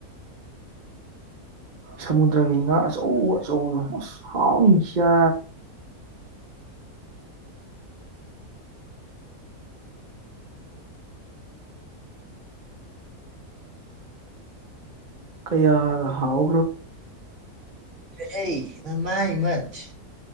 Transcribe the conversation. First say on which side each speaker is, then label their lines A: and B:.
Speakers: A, on the right (about 35°); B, on the right (about 50°).
A: ꯁꯃꯨꯗ꯭ꯔꯒꯤ ꯉꯥ ꯑꯆꯧ ꯑꯆꯧ ꯑꯁ ꯍꯥꯎꯅꯤ ꯆ ꯀꯌꯥ ꯍꯥꯎ
B: ꯂꯩ ꯍ ꯃꯥꯏ ꯃꯆ